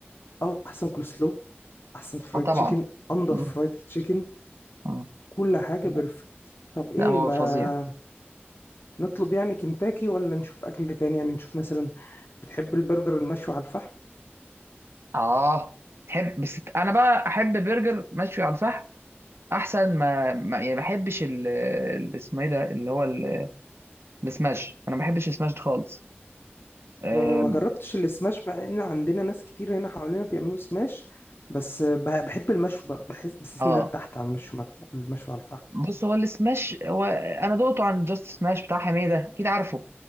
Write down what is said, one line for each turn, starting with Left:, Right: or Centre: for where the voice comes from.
Left: أو أحسن كولسلو أحسن فرايد
Right: اه طبعا
Left: تشيكن أنضف
Right: مم.
Left: فرايد تشيكن
Right: مم.
Left: كل حاجة
Right: لا
Left: بيرفكت طب إيه
Right: لا، هو
Left: ما
Right: فظيع
Left: نطلب يعني كنتاكي ولا نشوف أكل تاني يعني نشوف مثلا بتحب البرجر المشوي على الفحم
Right: اه تحب بس انا بقى احب برجر مشوي على الفحم احسن ما, ما يعني ما احبش ال ال- اسمه ايه ده اللي هو ال- السماش انا ما بحبش السماش ده خالص آم،
Left: أه، ما جربتش السماش مع إن عندنا ناس كتير هنا حوالينا بيعملوا سماش بس أه، بح- بحب المشوي برضه بحس بحس
Right: اه
Left: إن أنا ارتحت على المشوي مع الف- المشوي على الفحم
Right: بص هو السماش هو انا دقته عن جاست سماش بتاع حميده اكيد عارفه